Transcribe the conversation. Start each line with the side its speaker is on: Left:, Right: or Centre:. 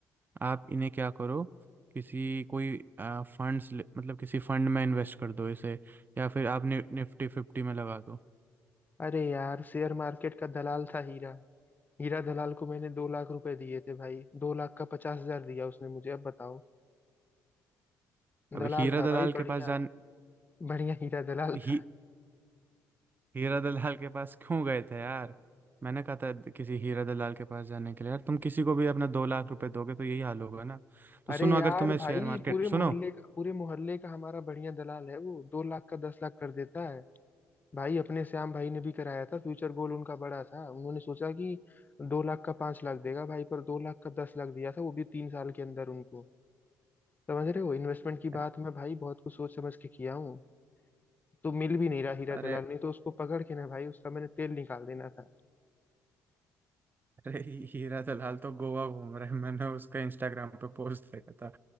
Right: आप इन्हें क्या करो किसी कोई फंड्स मतलब किसी फंड में इन्वेस्ट कर दो इसे या फिर आप नि, निफ्टी फिफ्टी में लगा दो
Left: अरे यार शेयर मार्केट का दलाल था हीरा हीरा दलाल को मैंने दो लाख रुपए दिए थे भाई दो लाख का पचास हजार दिया उसने मुझे अब बताओ
Right: अब
Left: दलाल
Right: हीरा
Left: था
Right: दलाल
Left: भाई बढ़िया
Right: के पास जान
Left: बढ़िया हीरा दलाल
Right: ही
Left: था
Right: हीरा दलाल के पास क्यों गए थे यार मैंने कहा था किसी हीरा दलाल के पास जाने के लिए यार तुम किसी को भी अपना दो लाख रुपए दोगे तो यही हाल होगा ना तो
Left: अरे
Right: सुनो
Left: यार
Right: अगर तुम्हें
Left: भाई
Right: शेयर मार्केट
Left: पूरे
Right: सुनो
Left: मोहल्ले का पूरे मोहल्ले का हमारा बढ़िया दलाल है वो दो लाख का दस लाख कर देता है भाई अपने श्याम भाई ने भी कराया था फ्यूचर गोल उनका बड़ा था उन्होंने सोचा कि दो लाख का पांच लाख देगा भाई पर दो लाख का दस लाख दिया था वो भी तीन साल के अंदर उनको समझ रहे हो इन्वेस्टमेंट की
Right: अरे
Left: बात मैं भाई बहुत कुछ सोच समझ के किया हूँ तो मिल भी नहीं रहा हीरा
Right: अरे
Left: दलाल नहीं तो उसको पकड़ के ना भाई उसका मैंने तेल निकाल देना था
Right: अरे ही- हीरा दलाल तो गोवा घूम रहे हैं मैंने उसका इंस्टाग्राम पे पोस्ट देखा था